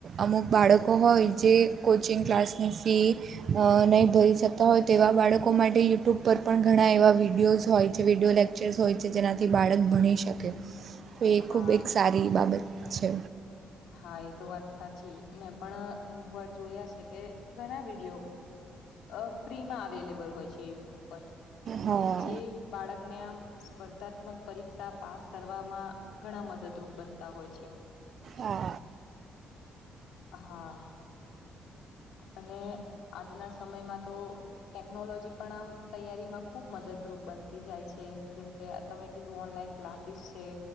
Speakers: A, on the right; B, on the left.
A: અમુક બાળકો હોય જે કોચિંગ ક્લાસની ફી નહીં ભરી શકતા હોય તેવા બાળકો માટે યુટ્યુબ પર પણ ઘણા એવા વિડીયોઝ હોય છે વિડીયો લેક્ચર્સ હોય છે. જેનાથી બાળક ભણી શકે તો એ
B: હા
A: ખૂબ એક સારી બાબત છે.
B: હા એ તો વાત સાચી મેં પણ અમુક વાર જોયા છે, કે ઘણા વિડીિયો અ ફ્રીમાં અલેબલ હોય છે, યુટ્યુબ પર
A: હા
B: જે બાળકને આમ સ્પર્ધાત્મક પરી પરીક્ષા પાસ કરવામાં ઘણા મદદરૂપ બનતા હોય છે.
A: હા
B: <inaudible> અને આજના સમયમાં તો ટેકનોલોજી પણ આમ તૈયારીમાં ખુબ મદદરૂપ બનતી જાય છે જેમકે તમે કીધું ઓનલાઈન ક્લાસીસ છે